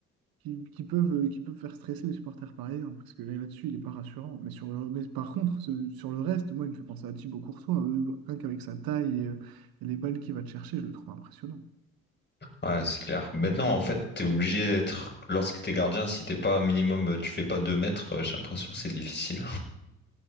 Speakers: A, on the right; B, on the left.
A: qui, qui peuvent euh, qui peuvent faire stresser les supporters parisiens parce que là, là-dessus, il est pas rassurant. Mais sur le mais par contre, ce- sur le reste, moi, il me fait penser à Thibaut Courtois, euh, rien qu'avec sa taille et, euh, et les balles qu'il va te chercher, je le trouve impressionnant.
B: Ouais, c'est clair. Maintenant, en fait, t'es obligé d'être. Lorsque t'es gardien, si t'es pas un minimum, euh, tu fais pas deux mètres, euh, j'ai l'impression que c'est difficile.